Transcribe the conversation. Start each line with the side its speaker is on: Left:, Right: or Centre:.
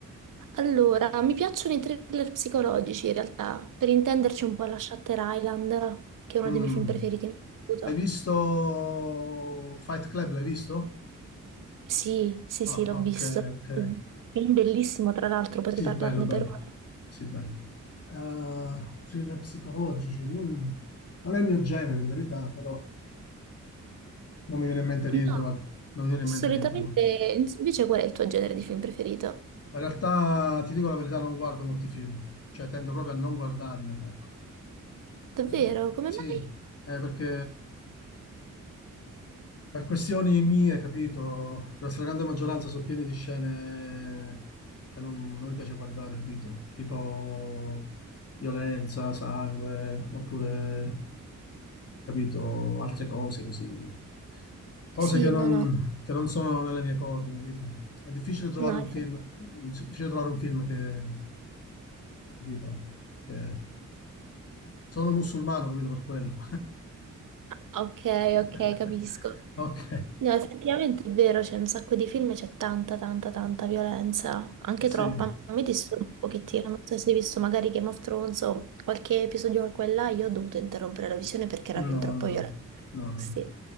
Right: Allora, mi piacciono i thriller psicologici in realtà. Per intenderci un po' la Shutter Island, che è uno
Left: Mm,
Right: dei miei film preferiti in assoluto.
Left: Hai visto Fight Club? L'hai visto?
Right: Sì, sì,
Left: Ah,
Right: sì, l'ho
Left: ok,
Right: visto.
Left: ok.
Right: Un Film bellissimo, tra l'altro, potrei
Left: Sì,
Right: parlarne
Left: bello, bello.
Right: per ore.
Left: Sì, bello. Eh, thriller psicologici. mm. Non è il mio genere, in verità, però non mi viene in mente
Right: No.
Left: niente, guarda. Non mi viene
Right: Solitamente,
Left: in mente niente molto.
Right: invece, qual è il tuo genere di film preferito?
Left: Ma in realtà, ti dico la verità, non guardo molti film. Cioè, tendo proprio a non guardarne, ecco.
Right: Davvero?
Left: Eh,
Right: Come
Left: sì,
Right: mai?
Left: eh, perché per questioni mie, capito, che la stragrande maggioranza sono piene di scene che non, non mi piace guardare, capito? Tipo violenza, sangue, oppure, capito, altre cose così. Cose
Right: Sì,
Left: che non,
Right: no, no,
Left: che non sono nelle mie corde, capito? È difficile trovare
Right: no.
Left: un film, è difficile trovare un film che, capito? Che sono musulmano, capito per quello.
Right: Ah, Ok,
Left: <laughs>
Right: ok, capisco.
Left: Ok,
Right: No, effettivamente è vero, c'è un sacco di film, e c'è tanta, tanta, tanta violenza, anche
Left: sì.
Right: troppa. A me disturba un pochettino, non so se hai visto magari Game of Thrones o qualche episodio qua e là, io ho dovuto interrompere la visione perché era
Left: No,
Right: fin troppo
Left: no, no,
Right: violento.
Left: no, no, no,
Right: Sì,